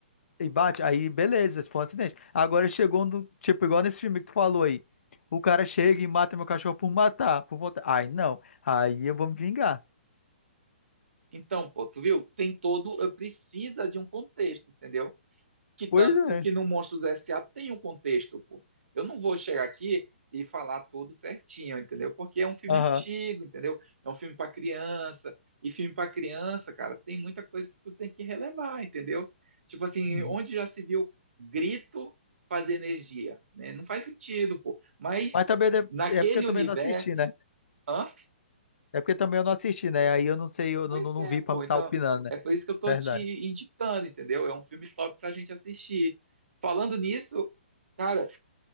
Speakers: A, on the left; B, on the right.
A: e bate, aí beleza, tipo um acidente. Agora chegou um do, tipo, igual nesse filme que tu falou aí. O cara chega e mata meu cachorro por matar, por matar. Ai, não. Aí eu vou me vingar.
B: Então, pô, tu viu? Tem todo, precisa de um contexto, entendeu? Que tanto
A: Pois é.
B: que no Monstros S.A. tem um contexto, pô. Eu não vou chegar aqui e falar tudo certinho, entendeu? Porque é um filme
A: Aham.
B: antigo, entendeu? É um filme para criança. E filme para criança, cara, tem muita coisa que tu tem que relevar, entendeu? Tipo assim,
A: Uhum.
B: onde já se viu grito fazer energia, né? Não faz sentido, pô. Mas
A: Mas também deve-
B: naquele
A: é porque eu também
B: universo,
A: não assisti, né?
B: hã?
A: É porque também eu não assisti, né? Aí eu não sei, eu
B: Pois
A: não, não, não
B: é,
A: vi pra
B: pô.
A: me estar
B: Então,
A: opinando, né?
B: é por isso que eu tô
A: Verdade.
B: te indicando, entendeu? É um filme top pra gente assistir. Falando nisso, cara,